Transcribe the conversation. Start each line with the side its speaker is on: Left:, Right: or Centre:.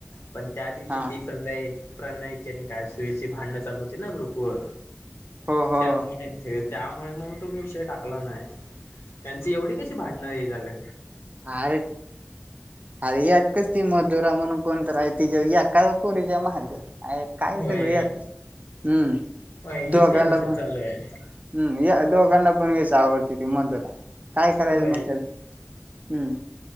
Left: पण त्या दिवशी
Right: हा
Left: पेपर मुले प्रणयची आणि गायत्रिचे भांडणं चालू होती ना ग्रुप व
Right: हो हो
Left: त्यामुळे हे त्यामुळे मग तो विषय टाकला नाही त्यांची एवढी कशी भांडणं हे झाले
Right: आ रे एकच ति मधूरा म्हणून कोण गयत्रीच्या याका पोरीच्या महग काय सगळ
Left: होय
Right: या हम्म
Left: होय हीच
Right: दोघला
Left: कंडिशन
Right: पन
Left: चालू आहे.
Right: या दोघांना पण लयाच आवडते त मधुरा काय करायचं
Left: होय
Right: मग त्याच हम्म